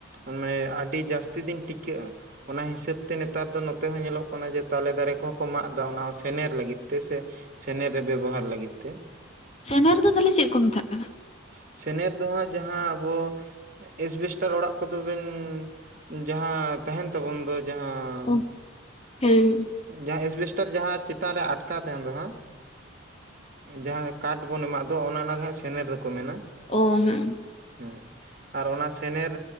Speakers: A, on the right (about 40°); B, on the left (about 30°).
A: ᱢᱮᱱᱢᱮ ᱟᱹᱰᱤ ᱡᱟᱹᱥᱛᱤ ᱫᱤᱱ ᱴᱤᱠᱟᱹᱜ-ᱟ᱾ ᱚᱱᱟ ᱦᱤᱥᱟᱹᱵ ᱛᱮ ᱱᱮᱛᱟᱨ ᱫᱚ ᱱᱚᱛᱮ ᱦᱚᱸ ᱧᱮᱞᱚᱜ ᱠᱟᱱᱟ ᱡᱮ ᱛᱟᱞᱮ ᱫᱟᱨᱮ ᱠᱚᱦᱚᱸ ᱠᱚ ᱢᱟᱜ ᱮᱫᱟ ᱚᱱᱟ ᱦᱚᱸ ᱥᱮᱱᱮᱨ ᱞᱟᱹᱜᱤᱫ ᱛᱮᱥᱮ ᱥᱮᱱᱮᱨ ᱨᱮ ᱵᱮᱵᱚᱦᱟᱨ ᱞᱟᱹᱜᱤᱫ ᱛᱮ᱾
B: ᱥᱮᱱᱮᱨ ᱫᱚ ᱛᱟᱦᱚᱞᱮ ᱪᱮᱫ ᱠᱚ ᱢᱮᱛᱟᱜ ᱠᱟᱱᱟ?
A: ᱥᱮᱱᱮᱨ ᱫᱚ ᱦᱟᱸᱜ ᱡᱟᱦᱟᱸ ᱟᱵᱚ ᱮᱥᱵᱮᱥᱴᱟᱨ ᱚᱲᱟᱜ ᱠᱚᱫᱚᱵᱮᱱ ᱡᱟᱦᱟᱸ ᱛᱟᱦᱮᱱ ᱛᱟᱵᱚᱱ ᱫᱚ ᱡᱟᱦᱟᱸ
B: ᱚ ᱦᱮᱸ
A: ᱡᱟᱦᱟᱸ ᱮᱥᱵᱮᱥᱴᱟᱨ ᱡᱟᱦᱟᱸ ᱪᱮᱛᱟᱱ ᱨᱮ ᱟᱴᱠᱟᱣ ᱛᱟᱦᱮᱱ ᱫᱚ ᱦᱟᱸᱜ ᱡᱟᱦᱟᱸ ᱠᱟᱴ ᱵᱚᱱ ᱮᱢᱟᱜ ᱫᱚ ᱚᱱᱟ ᱟᱱᱟᱜᱮ ᱦᱟᱸᱜ ᱥᱮᱱᱮᱨ ᱫᱚᱠᱚ ᱢᱮᱱᱟ᱾
B: ᱚ ᱦᱮᱸ᱾
A: ᱦᱮᱸ ᱟᱨ ᱚᱱᱟ ᱥᱮᱱᱮᱨ